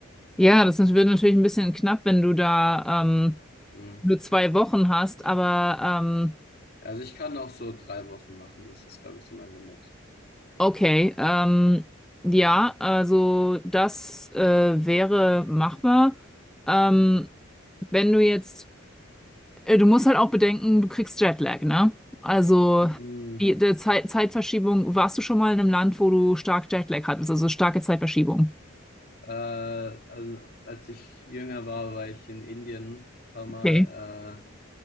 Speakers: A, in the centre; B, on the left (about 45°).
A: Ja, das ist- wird natürlich ein bisschen knapp, wenn du da ähm,
B: Mhm.
A: nur zwei Wochen hast, aber ähm,
B: Also ich kann auch so drei Wochen machen, das ist, glaube ich, so mein Limit.
A: Okay, ähm, ja, also das äh, wäre machbar. Ähm, wenn du jetzt, äh, du musst halt auch bedenken, du kriegst Jetlag, ne? Also
B: Mhm.
A: die, der Zeit, Zeitverschiebung, warst du schon mal in einem Land, wo du stark Jetlag hattest, also starke Zeitverschiebung?
B: Äh, also als ich jünger war, war ich in Indien ein paar Mal,
A: Okay.
B: äh,